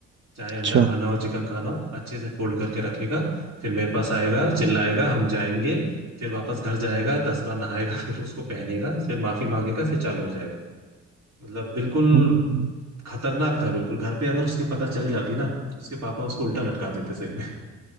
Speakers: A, on the right; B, on the right.
A: चाहे अंडा
B: अच्छा
A: खाना हो चिकन खाना हो अच्छे से फोल्ड करके रखेगा फिर मेरे पास आएगा चिल्लाएगा हम जाएंगे फिर वापस घर जाएगा दस बार नहाएगा फिर उसको पहनेगा फिर माफी मांगेगा फिर चालू हो जाएगा मतलब बिल्कुल
B: हम्म हम्म
A: खतरनाक था बिल्कुल घर पे अगर उसके पता चल जाती ना उसके पापा उसको उल्टा लटका देते सही में